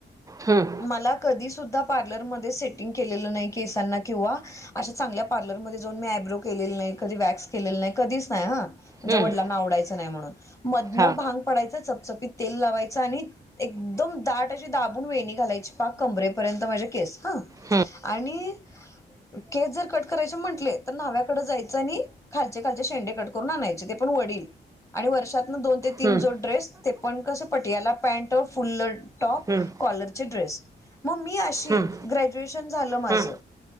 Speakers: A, on the right; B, on the left.
A: हम्म हम्म
B: मला कधी सुद्धा पार्लरमध्ये सेटिंग केलेलं नाही केसांना किंवा अशा चांगल्या पार्लरमध्ये जाऊन मी आयब्रो केलेलं नाही, कधी वॅक्स केलेलं नाही, कधीच नाही हां. आमच्या
A: हम्म
B: वडिलांना आवडायचं नाही म्हणून, मधनं
A: हां
B: भांग पाडायचं, चपचपीत तेल लावायचं आणि एकदम दाट अशी दाबून वेणी घालायची, पाक कमरेपर्यंत माझे केस हां
A: हम्म
B: आणि केस जर कट करायचे म्हटले, तर न्हाव्याकडे जायचं आणि खालचे खालचे शेंडे कट करून आणायचे, ते पण वडील आणि वर्षात न दोन ते तीन
A: हम्म,
B: जोड ड्रेस, ते पण कस? पटियाला पॅन्ट फुल्ल अ टॉप,
A: हम्म,
B: कॉलरचे ड्रेस. मग मी अशी,
A: हम्म,
B: ग्रॅज्युएशन झालं माझ,
A: हम्म,